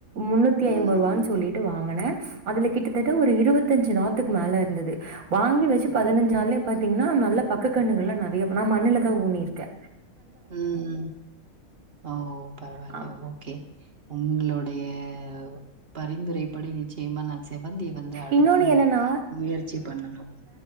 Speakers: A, on the right; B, on the right.
A: முன்னூத்தி
B: ம்,
A: ஐம்பது ரூவான்
B: ம்,
A: சொல்லிட்டு வாங்குன அதுல கிட்டத்தட்ட ஒரு இருவத்தஞ்சு நாத்துக் மேல இருந்தது வாங்கி வச்சு பதினஞ்சு நாள்லே பாத்தீங்னா நல்ல பக்க கன்னுகள்ல நெறைய நா மண்ணுல தா ஊனியிருக்கே
B: ம், ஓ பரவால்ல
A: ஆ
B: ஓகே உங்ளோடையா பரிந்துரை படி நிச்சியமா நா செவ்வந்தி வந்து அடுத்து
A: இன்னொன்னு என்னன்னா
B: முயற்சி பண்ணுணு